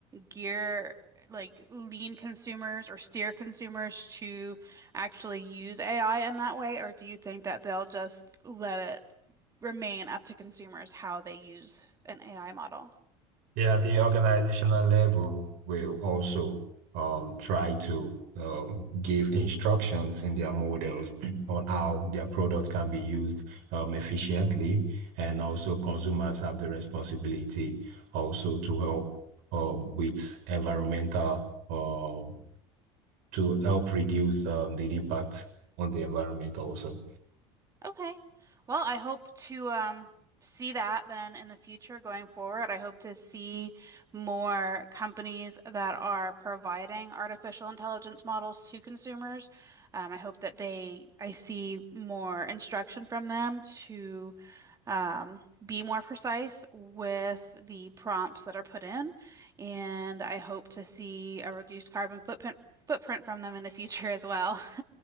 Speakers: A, on the right; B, on the right.
A: gear, like, lean consumers or steer consumers to actually use AI in that way? Or do you think that they'll just let it remain up to consumers how they use an AI model?
B: Yeah, the organizational level will also um, try to um, give instructions in their models <clears throat> on how their product can be used um, efficiently, and also consumers have the responsibility also to help um, with environmental um, to help reduce um, the impact on the environment also.
A: Okay. Well, I hope to um, see that then in the future going forward. I hope to see more companies that are providing artificial intelligence models to consumers. Um, I hope that they, I see more instruction from them to um, be more precise with the prompts that are put in. And I hope to see a reduced carbon footprint footprint from them in the future as well.